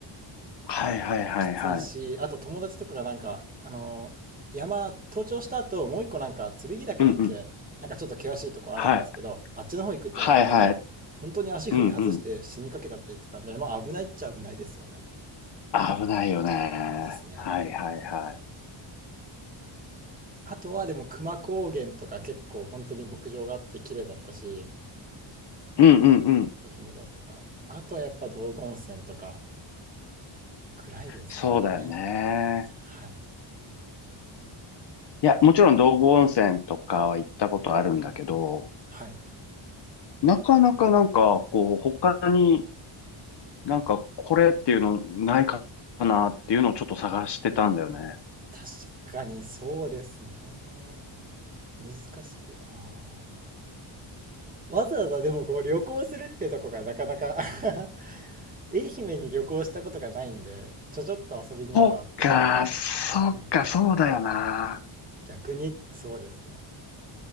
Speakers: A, on the left; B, on the right.
A: はいはいはいはい。
B: きついし、あと友達とかがなんか、あの、山登頂した後もう一個なんか剣岳だっけなんかちょっと険しいとこあるんですけど、
A: うんうん。はい。
B: あっちの方行くってなった時に、
A: はいはい。
B: 本当に足踏み外して死にかけたって言ってたんで、
A: うんうん。
B: まあ危ないっちゃ危ないですよね。
A: 危ないよね。
B: ですね。
A: はいはいはい。
B: あとはでも熊高原とか結構本当に牧場があって綺麗だったし、
A: うんうんうん。
B: 愛媛だったら。あとはやっぱ道後温泉とかぐらいですかね。
A: そうだよね。
B: はい。
A: いや、もちろん道後温泉とかは行ったことあるんだけど、
B: はい。
A: なかなかなんか、こう、他になんかこれっていうのないかなっていうのをちょっと探してたんだよね。
B: 確かにそうですね。難しいなあわざわざでもこう旅行するってとこがなかなか <laughs> 愛媛に旅行したことがないんで、ちょちょっと遊びに行くわっても。
A: そっか、そっか、
B: そうなんです。
A: そうだよな。
B: 逆に、そうですね。